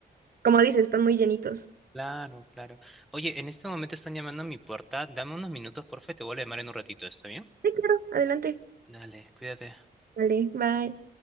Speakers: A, on the right; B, in the centre.
A: Como dices, están muy llenitos.
B: Claro, claro. Oye, en este momento están llamando a mi puerta. Dame unos minutos, porfa, y te vuelvo a llamar en un ratito, ¿está bien?
A: Sí, claro, adelante.
B: Dale, cuídate.
A: Vale, bye.